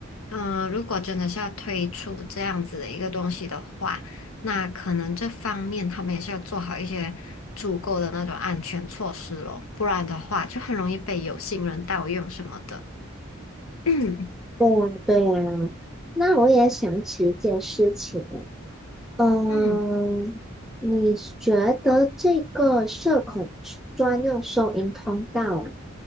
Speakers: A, on the left; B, in the centre.
A: 嗯、如果真的是要推出这样子的一个东西的话，那可能这方面他们也是要做好一些足够的那种安全措施咯，不然的话就很容易被有心人盗用什么的。<clears throat>
B: 对呀，对呀。那我也想起一件事情，嗯，
A: 嗯。
B: 你觉得这个社恐专用收银通道啊